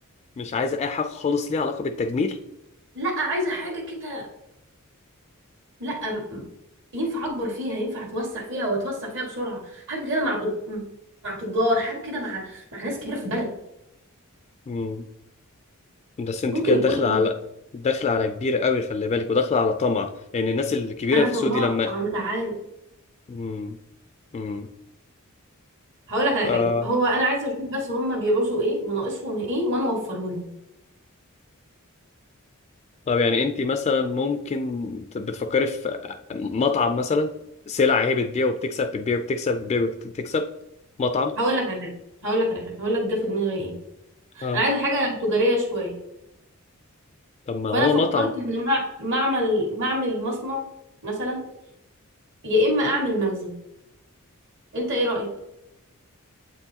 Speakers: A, on the left; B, on the right.
A: مش عايزه اي حاجه خالص ليها علاقه بالتجميل
B: لا عايزه حاجه كده لا م- ينفع اكبر فيها ينفع اتوسع فيها واتوسع فيها بسرعه حاجه كده مع تج- مع تجار حاجه كده مع مع ناس كبيره في البلد
A: مم، بس انت
B: ممكن
A: كده
B: يكون
A: داخله
B: ايه
A: على داخله على كبير قوي خلي بالك وداخله على طمع لان الناس الكبيره
B: انا
A: في
B: طماعه
A: سودي لما
B: انت عارف
A: مم، مم.
B: هقول لك على
A: آه.
B: حاجه هو انا عايزه اشوف بس هم بيعوزوا ايه وناقصهم ايه وانا اوفره لهم
A: طب يعني انت مثلا ممكن ت- بتفكري في مطعم مثلا سلع هي بتبيع وبتكسب بتبيع وبتكسب بتبيع وبتكسب مطعم
B: هقول لك على حاجه هقول لك على حاجه هقول لك جه في دماغي ايه
A: اه
B: انا عايزه حاجه تجاريه شويه
A: طب ما هو
B: فانا فكرت
A: مطعم
B: ان مع- معمل معمل مصنع مثلا يا اما اعمل مخزن انت ايه رايك